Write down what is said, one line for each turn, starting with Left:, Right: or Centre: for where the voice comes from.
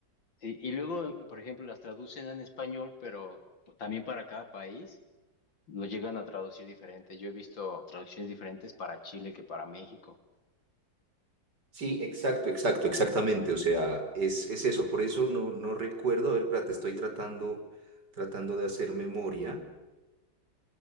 Left: Sí, y luego, eh, por ejemplo, las traducen en español, pero p- también para cada país lo llegan a traducir diferente. Yo he visto traducciones diferentes para Chile que para México.
Right: Sí, exacto, exacto, exactamente, o sea, es, es eso, por eso no, no recuerdo, a ver, espérate, estoy tratando, tratando de hacer memoria.